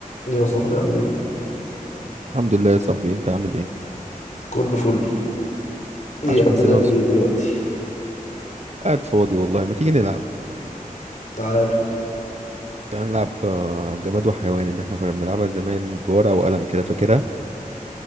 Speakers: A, on the left; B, on the right.
A: ايه يا صاحبي عامل ايه
B: الحمد لله يا صاحبي انت عامل ايه
A: كله فل ايه
B: عاش
A: قاعد
B: من
A: بتعمل
B: سمع صوتك
A: ايه دلوقتي
B: قاعد فاضي والله ما تيجي نلعب
A: تعال
B: تعال نلعب آه، جماد وحيوان اللي احنا كنا بنلعبها زمان بورقة وقلم كده فاكرها